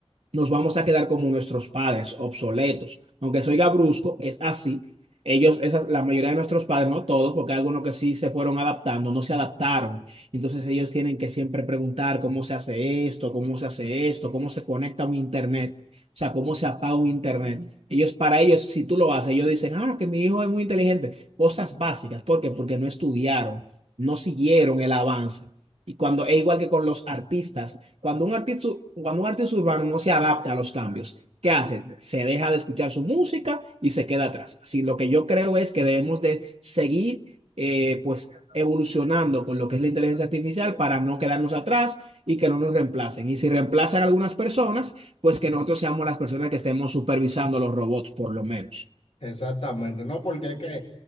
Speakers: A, on the right; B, on the left.
A: nos vamos a quedar como nuestros padres, obsoletos. Aunque soy gabrusco, es así. Ellos, esas, la mayoría de nuestros padres, no todos, porque hay algunos que sí se fueron adaptando, no se adaptaron. Entonces ellos tienen que siempre preguntar cómo se hace esto, cómo se hace esto, cómo se conecta un internet, o sea, cómo se apaga un internet. Ellos, para ellos, si tú lo haces, ellos dicen, ah, que mi hijo es muy inteligente. Cosas básicas. ¿Por qué? Porque no estudiaron, no siguieron el avance. Y cuando es igual que con los artistas. Cuando un artista, cuando un artista urbano no se adapta a los cambios, ¿qué hace? Se deja de escuchar su música y se queda atrás. Así, lo que yo creo es que debemos de seguir eh, pues evolucionando con lo que es la inteligencia artificial para no quedarnos atrás y que no nos reemplacen. Y si reemplazan a algunas personas, pues que nosotros seamos las personas que estemos supervisando los robots, por lo menos.
B: Exactamente, ¿no? Porque es que